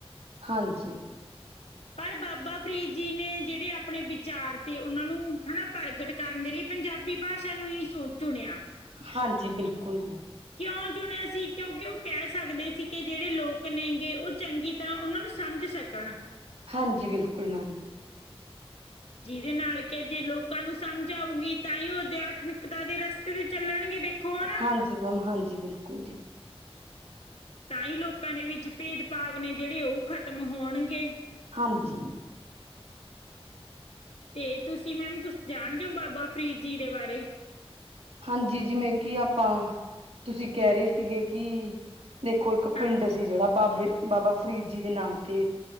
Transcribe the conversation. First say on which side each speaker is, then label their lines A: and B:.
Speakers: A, on the right; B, on the left.
A: ਹਾਂਜੀ
B: ਪਰ ਬਾਬਾ ਫਰੀਦ ਜੀ ਨੇ ਜਿਹੜੇ ਆਪਣੇ ਵਿਚਾਰ ਤੇ ਉਹਨਾਂ ਨੂੰ ਹਨਾ ਪ੍ਰਗਟ ਕਰਨ ਦੇ ਲਈ ਪੰਜਾਬੀ ਭਾਸ਼ਾ ਨੂੰ ਹੀ ਚੁਣਿਆ।
A: ਹਾਂਜੀ, ਬਿਲਕੁਲ।
B: ਕਿਉਂ ਚੁਣਿਆ ਸੀ ਕਿਉਂਕਿ ਉਹ ਕਹਿ ਸਕਦੇ ਸੀ ਕਿ ਜਿਹੜੇ ਲੋਕ ਨੇਗੇ ਉਹ ਚੰਗੀ ਤਰ੍ਹਾਂ ਉਹਨਾਂ ਨੂੰ ਸਮਝ ਸਕ ਕਰਨਾ
A: ਹਾਂਜੀ ਬਿਲਕੁਲ ਮੈਮ
B: ਜਿਹਦੇ ਨਾਲ ਕਿ ਅ ਜੇ ਲੋਕਾਂ ਨੂੰ ਸਮਝ ਆਊਗੀ ਤਾਂ ਹੀ ਉਹ ਅਧਿਆਤਮਿਕਤਾ ਦੇ ਰਸਤੇ ਤੇ ਚੱਲਣਗੇ ਦੇਖੋ ਹਨਾ
A: ਹਾਂਜੀ ਮੈਮ ਹਾਂਜੀ ਬਿਲਕੁਲ ਜੀ
B: ਤਾਂ ਹੀ ਲੋਕਾਂ ਦੇ ਵਿੱਚ ਭੇਦ ਭਾਵ ਨੇ ਜਿਹੜੇ ਉਹ ਖ਼ਤਮ ਹੋਣਗੇ
A: ਹਾਂਜੀ
B: ਤੇ ਤੁਸੀਂ ਮੈਮ ਕੁਛ ਜਾਣਦੇ ਹੋ ਬਾਬਾ ਫਰੀਦ ਜੀ ਦੇ ਬਾਰੇ
A: ਹਾਂਜੀ ਜਿਵੇਂ ਕਿ ਆਪਾਂ ਤੁਸੀਂ ਕਹਿ ਰਹੇ ਸੀਗੇ ਕਿ ਦੇਖੋ ਇੱਕ
B: ਹਾਂਜੀ
A: ਪਿੰਡ ਸੀ ਜਿਹੜਾ ਬਾਬੇ ਬਾਬਾ ਫਰੀਦ ਜੀ ਦੇ ਨਾਮ ਤੇ